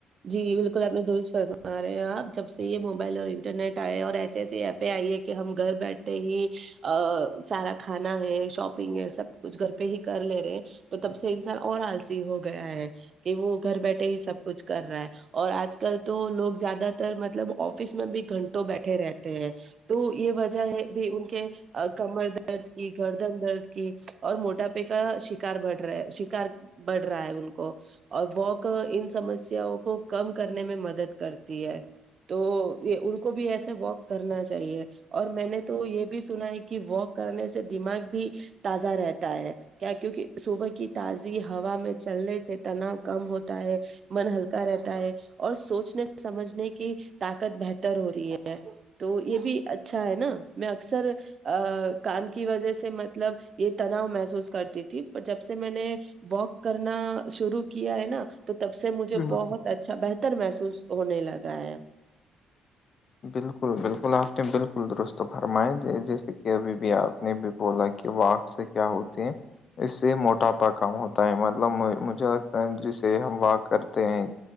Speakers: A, on the right; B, on the left.
A: جی بالکل اپنے درست فرما رہے ہیں آپ جب سے یہ موبائل اور انٹرنیٹ آئے اور ایسے ایسی ایپیں آئی ہے کہ کہ ہم گھر بیٹھے ہی ا سارا کھانا ہے شاپنگ ہے سب کچھ گھر پہ ہی کر لے رہے ہیں تو تب سے انسان اور آلسی ہو گیا ہے کہ وہ گھر بیٹھے ہی سب کچھ کر رہا ہے اور آج کل تو لوگ زیادہ تر مطلب آفس میں بھی گھنٹوں بیٹھے رہتے ہیں تو یہ وجہ ہے بھی ان کے کمر درد کی گردن درد کی اور موٹاپے کا شکار بڑ رہا ہے کر بڑھ رہا ہے ان کو اور واک ان سمسیا کو کم کرنے میں مدد کرتی ہے تو یہ ان کو بھی ایسا واک کرنا چاہیے اور میں نے تو یہ بھی سنا ہے کہ واک کرنے سے دماغ بھی تازہ رہتا ہے کیا کیونکہ صوبح کی تازی ہوا میں چلنے سے تناؤ کم ہوتا ہے من ہلکا رہتا ہے اور سوچنے سمجھنے کی طاقت بہتر ہو رہی ہے تو یہ بھی اچھا ہے نا میں اکثر ا کان کی وجہ سے مطلب یہ تناؤ محسوس کرتی تھی پر جب سے میں نے واک کرنا شرو کیا ہے نا تو تب سے مجھے
B: بالکل
A: بہت اچا اچھا بہتر محسوس ہونے لگا ہے
B: بالکل بالکل آپ نے بالکل درست فرمایا جیسے کہ ابھی بھی آپ نے بھی بولا کہ وہ آپ سے کیا ہوتے ہیں اس سے موٹاپا کم ہوتا ہے مطلب مجھے لگتا ہے جسے ہم واک کرتے ہیں